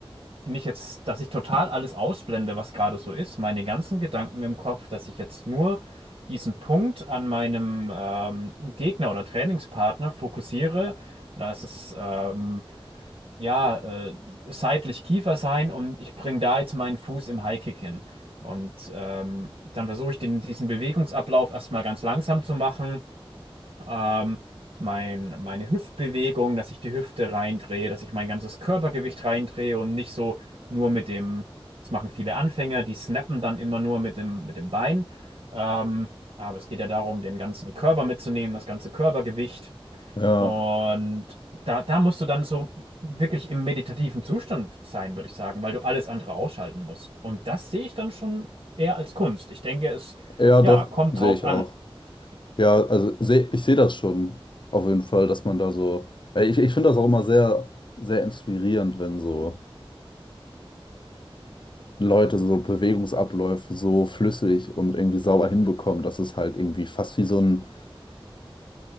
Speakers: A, on the right; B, on the left.
A: mich jetzt, dass ich total alles ausblende, was gerade so ist, meine ganzen Gedanken im Kopf, dass ich jetzt nur diesen Punkt an meinem ähm, Gegner oder Trainingspartner fokussiere. Da ist es ähm, ja äh, seitlich Kiefer sein und ich bringe da jetzt meinen Fuß im Highkick hin. Und ähm, dann versuche ich den, diesen Bewegungsablauf erstmal ganz langsam zu machen ähm, mein, meine Hüftbewegung, dass ich die Hüfte reindrehe, dass ich mein ganzes Körpergewicht reindrehe und nicht so nur mit dem, das machen viele Anfänger, die snappen dann immer nur mit dem, mit dem Bein. Ähm, aber es geht ja darum, den ganzen Körper mitzunehmen, das ganze Körpergewicht.
B: ja,
A: Und da, da musst du dann so wirklich im meditativen Zustand sein, würde ich sagen, weil du alles andere ausschalten musst. Und das sehe ich dann schon eher als Kunst. Ich denke, es,
B: ja, doch,
A: ja, kommt
B: sehe
A: drauf
B: ich
A: an.
B: auch. Ja,
A: Ja.
B: also seh, ich sehe das schon auf jeden Fall, dass man da so. Äh, Ich, ich finde das auch immer sehr, sehr inspirierend, wenn so Leute so Bewegungsabläufe so flüssig und irgendwie sauber hinbekommen, dass es halt irgendwie fast wie so ein